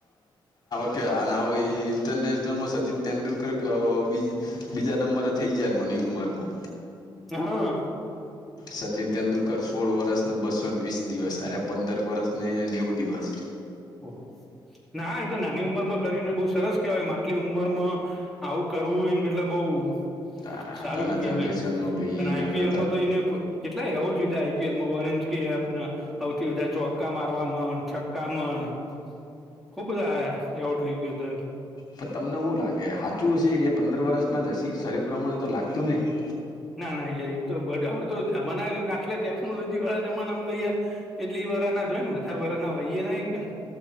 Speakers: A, on the left (about 50°); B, in the centre.
A: કે ઇન્ટરનેશનલમાં સચિન તેંડુલકર બીજ બીજા નંબરે થઈ જયા નાની એની ઉંમર માં.
B: છેનો <inaudible>
A: સચિન તેંદુલકર સોળ વર્ષને બસોને વીસ દિવસ અરે પંદર વર્ષને નેવ દિવસ
B: ઓહ ના એ તો નાની ઉંમરમાં કરીને બહુ સરસ કેવાય આટલી ઉંમરમાં આવું કરવું એ એટલે બઉુ
A: તારા
B: સારું
A: હતાના
B: એવું
A: જનરેશનમાં
B: કેવાય એમ
A: ભાઈ
B: અને આઈપીએલમાં
A: હવે
B: તો એઈને કેટલા એવોર્ડ લીધા આઈપીએલમાં, ઓરેન્જ કેપ ને સૌથી બધા ચોક્કા મારવામાં અને છક્કા મર ખુબ બધા એવોર્ડ લઇ ગયો તો એમ.
A: પણ તમને હું લાગે, હાચું હશે એ રહ્યા પંદર વર્ષના જ હશે, શરીર પ્રમાણે તો લાગતું નહી.
B: ના, ના યાર ઈ તો બડા હોતો જ <unintelligible> આટલે ટેકનોલોજી વાળા જમાનામાં તો યાર એટલી વરહના જ હોય ને, વધારે વરહના હોઈ એ ના હઈશે ને.